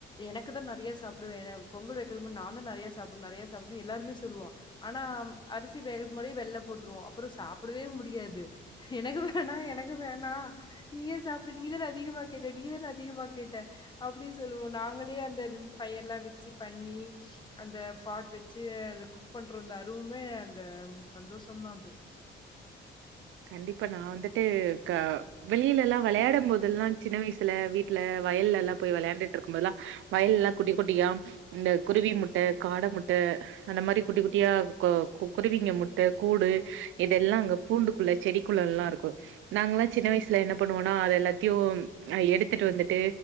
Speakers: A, on the left (about 20°); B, on the right (about 80°).
A: எனக்கு தா நறையா சாப்டுவே ஏனா பொங்கல் வக்குறது முன் நா தா நறயா சாப் நறயா சாப்டுவ எல்லாருமே சொல்லுவோம் ஆனா அரிசி வேகறதுக்கு முன்னாடியே வெள்ள போட்டுருவோம் அப்புறம் சாப்படவே முடியாது எனக்கு வேணா எனக்கு வேணாம் நீயே சாப் அப்புற நீதான அதிகமா கேட்ட நீதான அதிகமா கேட்ட அப்டி சொல்லுவோம் நாங்களே அந்த பயர்லாம் வச்சி பண்ணி அந்த பாட் வச்சி அந்த குக் பண்றோம் இந்த அருவுமே அந்த சந்தோஷந்தா அது
B: கண்டிப்பா நா வந்துட்டு க வெளியில எல்லாம் வளையாடம் போதெல்லாம் சின்ன வயசுல வீட்ல வயல்லலா போயி வெளயாண்டுட்டு இருக்கமோதெல்லாம் வயல்லல்லா குட்டி குட்டியா இந்த குருவி முட்ட காட முட்ட அந்த மாரி குட்டி குட்டியா கொ கு குருவிங்க முட்ட கூடு இதெல்லாம் அங்க பூண்டுக்குள்ள செடிக்குள்ளலா இருக்கும் நாங்கல்லாஸசின்ன வயசுல என்ன பண்ணுவன்னா அத எல்லாத்தையும் எடுத்துட்டு வந்துட்டு